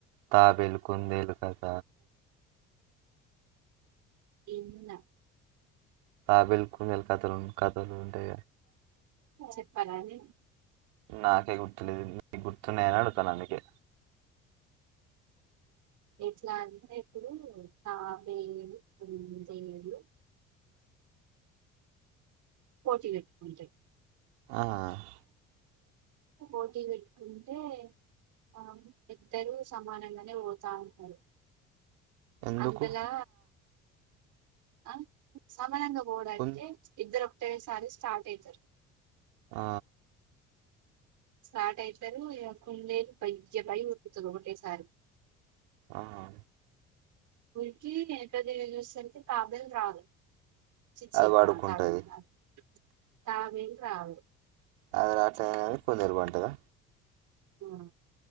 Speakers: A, on the right; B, on the right.
A: తాబేలు కుందేలు కథ
B: ఇన్నా
A: తాబేల్ కుందేలు కథలు కథలుంటే
B: చెప్పాలనేన్
A: నాకే గుర్తులేదు నీకు గుర్తున్నయా అని అడుగుతాన్నా అందుకే
B: ఎట్లా అంటే ఇప్పుడు తాబేలు కుందేలు పోటీపేట్టుకుంటయి
A: ఆహ్
B: పోటీ పెట్టుకుంటే ఆ ఇద్దరు సమానంగానే వోతా ఉంటారు
A: ఎందుకు
B: అందలా ఆ సమానంగా వోడు అంటే
A: కున్
B: ఇద్దరు టేసారి స్టార్ట్ అయితరు
A: ఆ
B: స్టార్ట్ అయితారు ఇగ కుందేలు బయ్యబయ్య ఉరుకుతది ఒకటేసారి
A: ఆహా
B: ఉరికి ఏనుక తిరిగి చూసేసరికి తాబేలు రాదు చిచి
A: అది పడుకుంటది
B: ఆ తాబేలు రాదు తాబేలు రాదు
A: ఆది రాట్లే గాదని కుందేలు బంటదా
B: ఆ